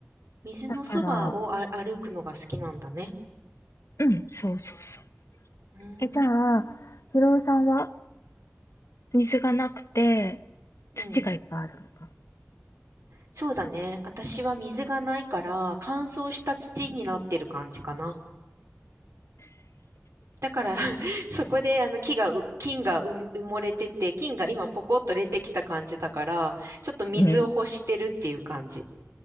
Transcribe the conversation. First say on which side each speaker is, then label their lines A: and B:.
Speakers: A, on the right (about 75°); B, on the left (about 70°).
A: 水のそばをあ歩くのが好きなんだね。
B: だから、うん、そうそうそう。
A: うーん。
B: え、じゃあ、ひろおさんは水がなくて、
A: うん。
B: 土がいっぱいあるのか。
A: そうだね。私は水がないから、乾燥した土になってる感じかな。だから <laughs> そこで、あの、木がう、菌がう埋もれてて、菌が今ポコッと出てきた感じだから、ちょっと水を欲してるっていう感じ。
B: うん。